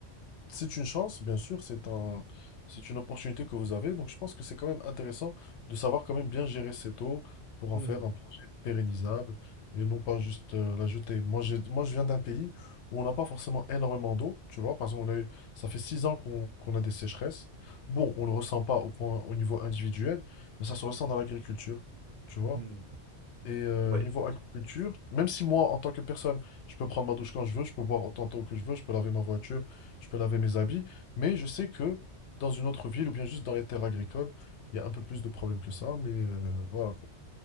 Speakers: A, on the left; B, on the right.
A: C'est une chance, bien sûr, c'est un, c'est une opportunité que vous avez. Donc, je pense que c'est quand même intéressant de savoir quand même bien gérer cette eau pour
B: Mhm.
A: en faire un projet pérennisable et non pas juste euh, la jeter. Moi, j'ai, moi, je viens d'un pays où on n'a pas forcément énormément d'eau. Tu vois, par exemple, on a eu, ça fait six ans qu'on qu'on a des sécheresses. Bon, on le ressent pas au point, au niveau individuel, mais ça se ressent dans l'agriculture. Tu vois,
B: Mhm.
A: et euh,
B: Ouais.
A: niveau agriculture, même si moi, en tant que personne, je peux prendre ma douche quand je veux, je peux boire autant de que je veux, je peux laver ma voiture, je peux laver mes habits, mais je sais que dans une autre ville ou bien juste dans les terres agricoles, il y a un peu plus de problèmes que ça, mais euh, voilà quoi.